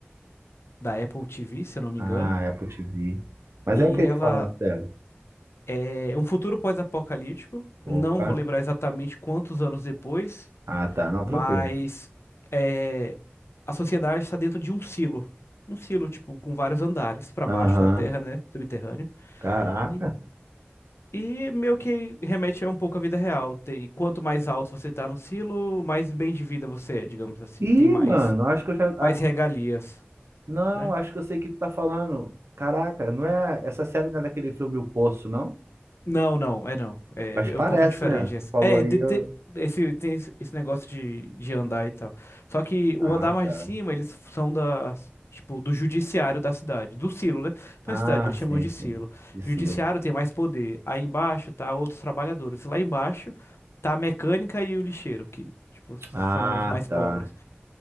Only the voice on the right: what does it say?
Ah,
é Apple TV. Mas
é o que
que fala na série?
Opa.
Ah, tá. Não,
tranquilo.
Aham.
Caraca.
Ih,
mano, acho que eu já. ah,
Não,
acho que eu sei o que tu tá falando. Caraca, não é. Essa série não é daquele filme O Poço, não?
Mas
parece,
né?
Tu falou
aí.
eu-
Ah,
tá.
Ah,
sim,
sim.
De selo.
Ah,
tá.